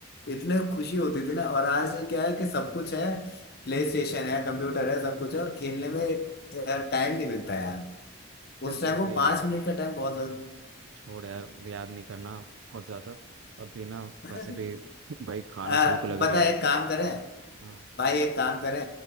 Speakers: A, on the left; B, on the right.
A: इतने खुशी होती थी ना और आज क्या है कि सब कुछ है प्ले स्टेशन है कंप्यूटर है सब कुछ है और खेलने में यार टाइम नहीं मिलता यार
B: चल
A: उस
B: जो
A: टाइम को
B: भी
A: पांच
B: है
A: मिनट का टाइम बहुत ज्यादा
B: छोड़ यार याद नहीं करना बहुत ज्यादा अभी ना
A: <laughs>
B: वैसे भी <laughs> भाई खाना
A: आ,
B: भूख लग रही
A: पता
B: है
A: है एक काम करें
B: हाँ
A: भाई एक काम करें